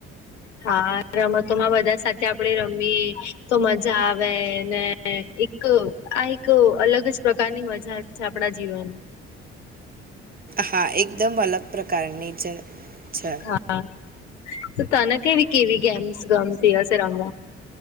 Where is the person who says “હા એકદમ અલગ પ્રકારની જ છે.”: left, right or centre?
Right